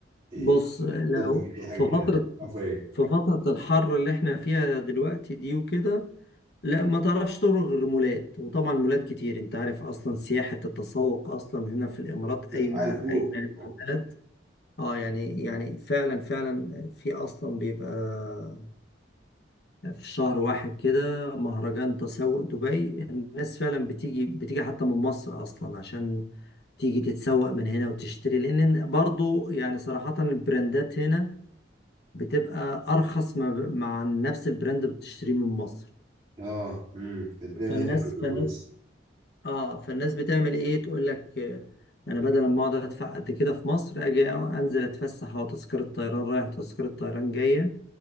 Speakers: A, on the right; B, on the left.
A: إيه
B: بص لو
A: شوبينج، اي حاجه
B: في
A: كده
B: فترة
A: او فين
B: في فترة الحر اللي احنا فيها دلوقتي دي وكده لا ما تعرفش تروح غير مولات وطبعا مولات كتير انت عارف اصلا سياحة التسوق اصلا هنا في الامارات قايمة
A: لا، عالي فوق
B: قايمة على
A: فوق
B: البلد اه يعني يعني فعلا فعلا في اصلا بيبقى في شهر واحد كده مهرجان تسوق دبي الناس فعلا بتيجي بتيجي حتى من مصر اصلا عشان تيجي تتسوق من هنا وتشتري لان برضو يعني صراحة البراندات هنا بتبقى ارخص ما ب- مع نفس البراند بتشتريه من مصر
A: اه امم الدنيا
B: فالناس
A: هنا في الأول
B: فالناس
A: كويس
B: اه فالناس بتعمل ايه تقول لك آه، انا بدل ما اقعد ادفع قد كده في مصر اجي انزل اتفسح او تذكرة طيران رايح تذكرة طيران جاية